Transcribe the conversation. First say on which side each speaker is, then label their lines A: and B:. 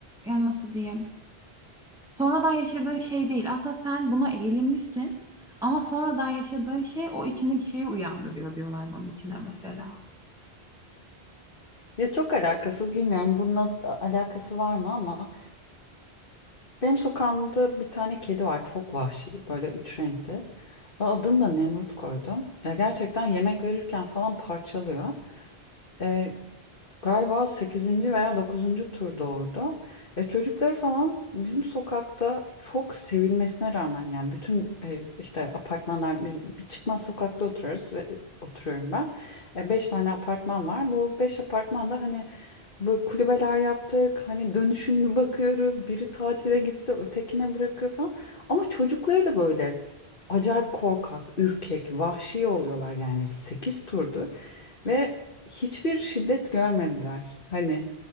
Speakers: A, in the centre; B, on the left.
A: yani nasıl diyeyim? Sonradan yaşadığın şey değil. Aslında sen buna eğilimlisin ama sonradan yaşadığın şey o içindeki şeyi uyandırıyor diyorlar bunun içine mesela.
B: Ya çok alakasız bilmiyorum bununla a- alakası var mı ama Benim sokağımda bir tane kedi var çok vahşi böyle üç renkli. E, Adını da Nemrut koydum. Ya gerçekten yemek verirken falan parçalıyor. E, galiba sekizinci veya dokuzuncu tur doğurdu. Ya çocukları falan bizim sokakta çok sevilmesine rağmen yani bütün e, işte apartmanlar biz bir çıkmaz sokakta oturuyoruz ve oturuyorum ben. E, beş tane apartman var. Bu beş apartman da hani Böyle kulübeler yaptık. Hani dönüşümlü bakıyoruz. Biri tatile gitse ötekine bırakıyor falan. Ama çocukları da böyle acayip korkak, ürkek, vahşi oluyorlar yani 8 turdur ve hiçbir şiddet görmediler. Hani